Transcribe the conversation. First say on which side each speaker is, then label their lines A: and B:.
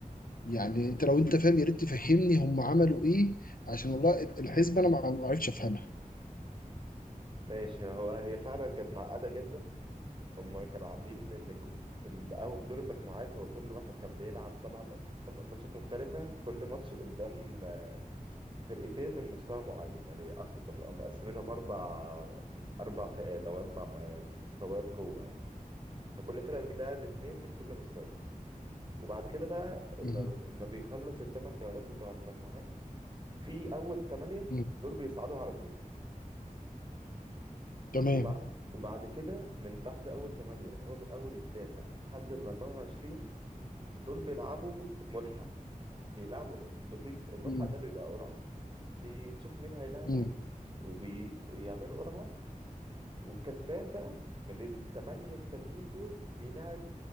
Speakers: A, on the left (about 75°); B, on the right (about 35°).
A: يعني أنت لو أنت فاهم يا ريت تفهمني هم عملوا إيه عشان والله الحسبة أنا ما ما عرفتش أفهمها
B: ماشي هو هي فعلا كانت معقده جدا هم كانوا عاملين ان ك- في الاول في دور المجموعات هو كل واحد كان بيلعب سبع ثمان ماتشات مختلفه كل ماتش قدام آه، فرقتين من مستوى معين يعني أقو... مقسمينهم اربع اربع فئات او اربع م- مستويات قوه يعني فكل فرقه بتلعب اتنين من كل مستوى وبعد كده بقى اما
A: مهم.
B: اما بيخلص الثمان جولات بتوع المجموعات في اول ثمانية
A: مم.
B: دول بيصعدوا على طول
A: تمام
B: وبعد وبعد كده من بعد اول ثمانية اللي هو من اول التاسع لحد ال 24 دول بيلعبوا ملحق بيلعبوا بسيط الملحق
A: مم.
B: ده بيبقى قرعة بنشوف مين هيلاعب
A: مم.
B: مين وبيعملوا قرعة والكسبان بقى من الثمانية التانيين دول بيلعب